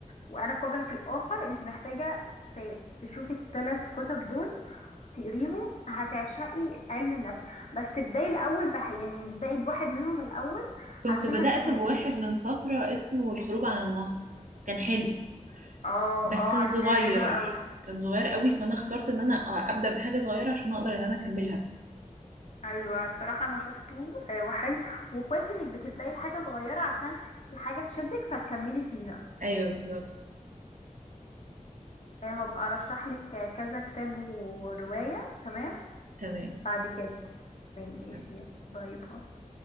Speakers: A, on the left; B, on the right.
A: وأعرف وجهك الآخر انت محتاجة ت- تشوفي التلات كتب دول وتقريهم هتعشقي علم النفس بس تبدأي الأول بح يعني ابدأي بواحد منهم الأول
B: كنت
A: علشان
B: بدأت
A: ما تزهقيش
B: بواحد من فترة اسمه الخروج عن النص كان حلو
A: اه
B: بس
A: اه
B: كان
A: عارفاه
B: صغير
A: حلو قوي
B: كان صغير قوي فانا اخترت ان انا ابدأ بحاجة صغيرة عشان اقدر ان انا اكملها
A: ايوه الصراحه انا شفته آه، وحلو وكويس انك بتبدأي بحاجة صغيرة عشان الحاجة تشدك فتكملي فيها
B: ايوه بالظبط
A: آه، هبقى ارشح لك كذا كتاب ورواية تمام
B: تمام
A: بعد كده تمام ماشي
B: تمام.
A: باي باي